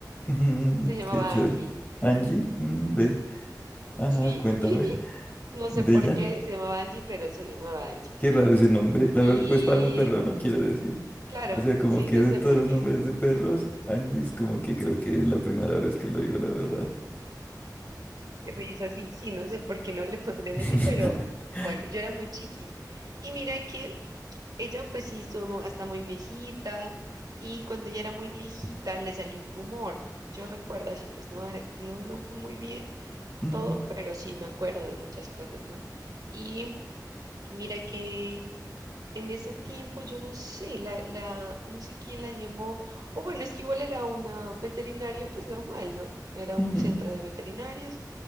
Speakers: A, on the left; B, on the right.
A: ujú,
B: se llamaba
A: qué chévere.
B: Angie.
A: Angie, mm, ve. Ajá,
B: Sí,
A: cuéntame
B: <laughs> no
A: de
B: sé por
A: ella.
B: qué se llamaba Angie, pero se llamaba Angie.
A: Qué raro ese nombre. La
B: Y
A: verdad, pues para un perro, ¿no? Quiero decir.
B: claro,
A: O sea, como
B: sí,
A: que
B: no
A: de
B: sé
A: todos
B: por
A: los
B: qué.
A: nombres de perros, Angie es como que creo que es la primera vez que lo digo, la verdad.
B: Qué risa, sí, sí, no sé por qué no le pondrían
A: <laughs>
B: así, pero bueno, yo era muy chiquis. Y mira que Ella pues sí estuvo hasta muy viejita y cuando ella era muy viejita le salió un tumor. Yo recuerdo así, pues no, era- no, no fue muy bien
A: Ujú,
B: todo, pero sí me acuerdo de muchas cosas, ¿no? Y mira que en ese tiempo yo no sé, la, la, no sé quién la llevó, o bueno, es que igual era una veterinaria pues normal, ¿no? Era
A: ujú.
B: un centro de veterinarios